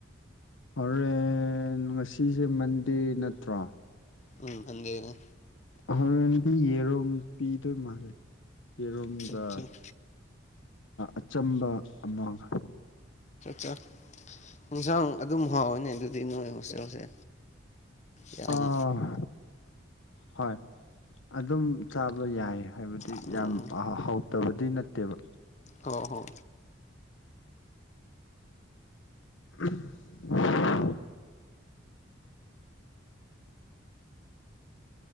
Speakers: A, on the left; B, on the left.
A: ꯍꯣꯔꯦꯟ ꯉꯁꯤꯁꯦ ꯃꯟꯗꯦ ꯅꯠꯇ꯭ꯔꯣ꯫
B: ꯎꯝ ꯍꯟꯗꯦꯅ
A: ꯍꯣꯔꯦꯟꯗꯤ ꯌꯦꯔꯨꯝ ꯄꯤꯗꯣꯏ ꯃꯥꯜꯂꯦ꯫ ꯌꯦꯔꯨꯝꯒ
B: ꯆꯠ ꯆꯠ
A: ꯑꯆꯝꯕ ꯑꯃꯒ꯫
B: ꯆꯠ ꯌꯦꯟꯁꯥꯡ ꯑꯗꯨꯝ ꯍꯥꯎꯋꯅꯦ ꯑꯗꯨ꯫ ꯑꯗꯨ ꯅꯣꯏ ꯍꯣꯁꯇꯦꯜꯁꯦ ꯌꯥꯝ꯫
A: ꯑꯥ ꯍꯣꯏ ꯑꯗꯨꯝ ꯆꯥꯕ ꯌꯥꯏ ꯍꯥꯏꯕꯗꯤ
B: ꯎꯝ
A: ꯌꯥꯝ ꯍꯥꯎ꯫ ꯇꯕꯗꯤ ꯅꯠꯇꯦꯕ꯫
B: ꯍ ꯍꯣ꯫
A: <unintelligible>